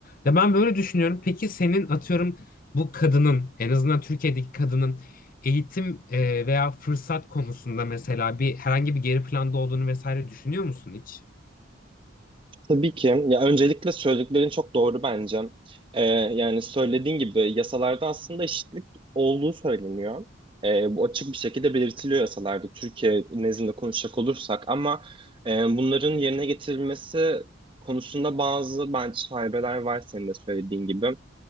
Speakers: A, on the left; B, on the right.
A: Ya ben böyle düşünüyorum. Peki senin atıyorum bu kadının en azından Türkiye'deki kadının eğitim e, veya fırsat konusunda mesela bir herhangi bir geri planda olduğunu vesaire düşünüyor musun hiç?
B: Tabii ki. Ya öncelikle söylediklerin çok doğru bence. Ee, yani söylediğin gibi yasalarda aslında eşitlik olduğu söyleniyor. Ee, bu açık bir şekilde belirtiliyor yasalarda Türkiye nezdinde konuşacak olursak ama e, bunların yerine getirilmesi konusunda bazı bence şaibeler var senin de söylediğin gibi.